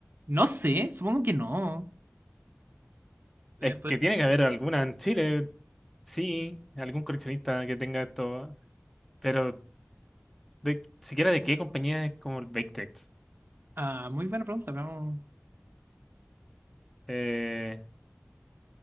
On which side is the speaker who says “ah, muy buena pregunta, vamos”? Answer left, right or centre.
Right